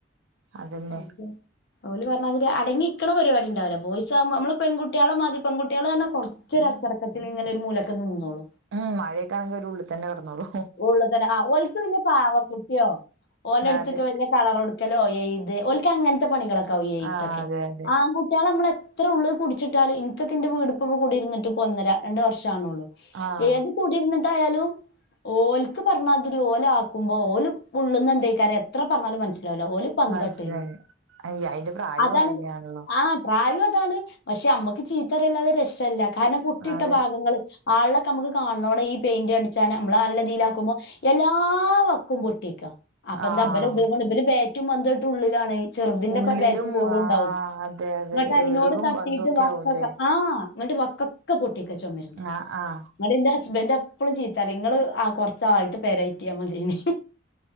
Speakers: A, on the right; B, on the left.
A: അതന്നെ
B: അതെ ഓല് പറഞ്ഞാതിരി അടങ്ങിനിക്ക്ണ പരിപാടിണ്ടാവൂല ബോയിസ് ആവുമ്പോ നമ്മള് പെൺകുട്ടികളെ മാതിരി പെൾകുട്ടികള് പറഞ്ഞാ കൊറ ച്ചൊരു അച്ചടക്കത്തിൽ ഇങ്ങനെ ഒരുമൂലക്ക് നിന്നോളും
A: ഉം മഴയൊക്കാണെങ്കിൽ ഓര് ഉള്ളിൽ തന്നെ കിടന്നോളും
B: ഉള്ളിൽ തന്നെ ആ ഓൽക്ക് വലിയ പാവ കുട്ടിയോ ഓലടുത്തക്ക്
A: അതെ
B: വല്ല കളർ കൊടുക്കലോ എഴുത് ഓൽക്ക് അങ്ങനത്തെ പണികളൊക്കെ ആവും എയ്ത്തൊക്കെ
A: ആഹ് അതെ അതെ
B: ആൺ കുട്ടികളെ നമ്മള് എത്ര ഉള്ള് പിടിച്ചിട്ടാലും ഇനക്കൊക്കെ എന്റെ വീടിപ്പൊ കൂടിരുന്നിട്ട് ഇപ്പോ ഒന്നര രണ്ട് വർഷാവുന്നോള്ളു
A: ആഹ്
B: ഏത് കൂടിയിരുന്നിട്ടായാലും ഓൽക്ക് പറഞ്ഞാതിരി ഓലാക്കുമ്പോ ഓല് ഉള്ള്ന്ന് എന്തേകാരം എത്ര പറഞ്ഞാലും മനസ്സിലാവില്ല ഓല് പന്തട്ട്
A: മനസ്സിലാവില്ല അയ് അയിന്റെ പ്രായം
B: അതാണ്
A: അത് തന്നെയാണല്ലോ
B: ആഹ് പ്രായം അതാണ് പക്ഷെ അമ്മക്ക് ചീത്തറയല്ലാതെ രക്ഷയില്ല കാരണം പുട്ടിയിട്ട
A: അതെ
B: ഭാഗങ്ങള് ഹാളിലൊക്കെ നമ്മക് കാണുന്നോടം ഈ പെയിന്റ് അടി ചാന് നമ്മള് നല്ലതിയിലാക്കുമ്പോ എല്ലാ വക്കും പൊട്ടിക്കാ അപ്പൊ എന്താ
A: ആഹ്
B: <unintelligible> ഇബല് ബാറ്റും പന്തു ആയിട്ട് ഉള്ളിലാണ് ചെറുതിന്റെപ്പം
A: ഉള്ളിലും
B: ബാറ്റും ബോളും
A: ആഹ്
B: ഉണ്ടാവും
A: അതെ അതെ
B: ങ്ങട്ട് അതിനോട്
A: ഏറും
B: തട്ടിട്ട്
A: പന്തും ഒക്കെ
B: വക്കൊക്കെ
A: ആവൂല്ലേ
B: ആഹ് ങ്ങട്ട് വക്കൊക്കെ പൊട്ടിക്ക ചുമര്ന്റെ
A: ആഹ് ആഹ്
B: ങ്ങട്ട് ഇന്റെ ഹസ്ബന്റ് എപ്പളും ചീ ത്തറിം ഇങ്ങള് ആഹ് കൊറച്ചായിട്ട് പെരേറ്റിയാ മതിയേനി